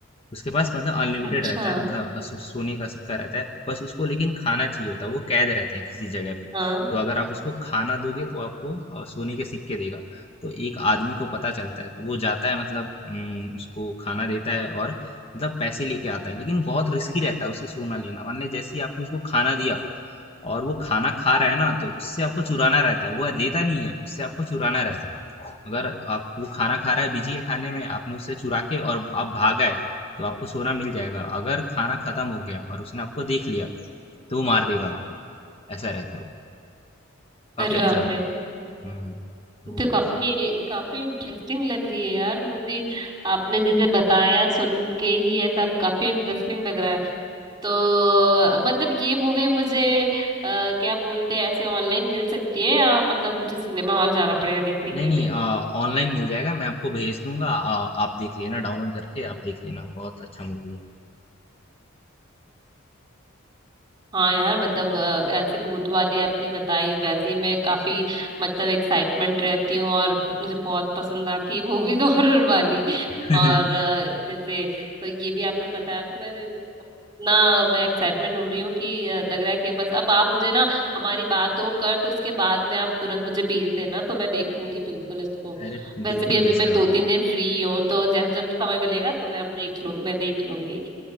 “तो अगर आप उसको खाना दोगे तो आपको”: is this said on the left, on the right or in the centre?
Left